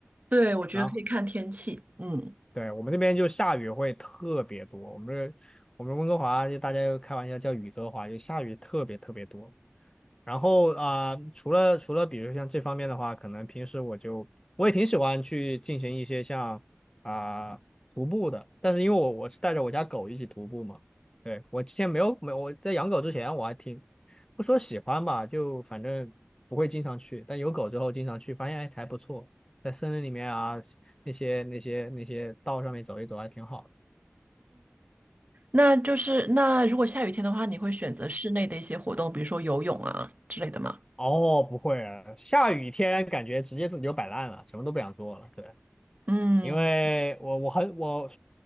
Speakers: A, on the right (about 35°); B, on the left (about 15°).
A: 对，我觉得可以看天气。
B: 然后
A: 嗯。
B: 对，我们这边就下雨会特别多，我们这我们温哥华就大家就开玩笑叫雨哥华，就下雨特别特别多。然后啊、呃除了除了比如像这方面的话，可能平时我就我也挺喜欢去进行一些像啊、徒步的，但是因为我我是带着我家狗一起徒步嘛，对，我之前没有没有我在养狗之前我还挺不说喜欢吧，就反正不会经常去，但有狗之后经常去，发现哎还不错，在森林里面啊那些那些那些道上面走一走还挺好的。
A: 那就是那如果下雨天的话，你会选择室内的一些活动，比如说游泳啊之类的吗？
B: 哦，不会啊，下雨天感觉直接自己就摆烂了，什么都不想做了，对。
A: 嗯，
B: 因为我我很我